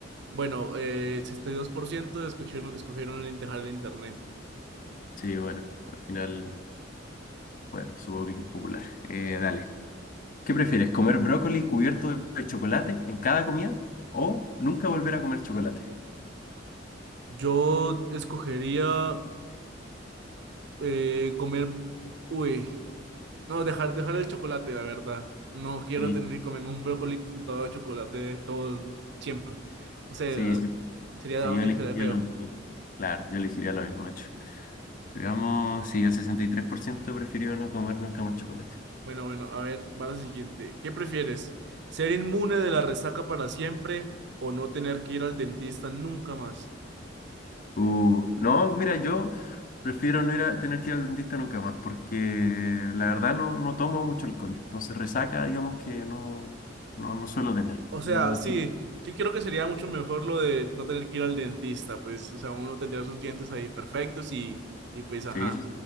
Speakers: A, on the right; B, on the left.
A: Bueno, eh, sesenta y dos por ciento escogieron, escogieron el- dejar el internet.
B: Sí, bueno, al final, bueno, supongo que es impopular. Eh, dale. ¿Qué prefieres? ¿Comer brócoli cubierto de chocolate en cada comida o nunca volver a comer chocolate?
A: Yo escogería eh, comer, uy, No, dejar, dejar el chocolate, la verdad. No quiero
B: Sí,
A: tener que comerme un brócoli untado de chocolate todo el- siempre. No sé,
B: sí,
A: algo-
B: sí,
A: sería
B: sí,
A: algo
B: yo
A: dife-
B: elegiría
A: feo.
B: lo mismo. Claro, yo elegiría lo mismo, de hecho. Digamos, sí, el 63% prefirió no comer nunca más chocolate.
A: Bueno, bueno, a ver, va la siguiente. ¿Qué prefieres? ¿Ser inmune de la resaca para siempre o no tener que ir al dentista nunca más?
B: Uh, no, mira, yo prefiero no ir a tener que ir al dentista nunca más porque la verdad no, no tomo mucho alcohol. Entonces resaca, digamos que no, no, no suelo tener.
A: O sea,
B: No, no,
A: sí,
B: sí,
A: yo creo que sería mucho mejor lo de no tener que ir al dentista, pues, o sea, uno tendría sus dientes ahí perfectos y, y pues, ajá,
B: sí, sí,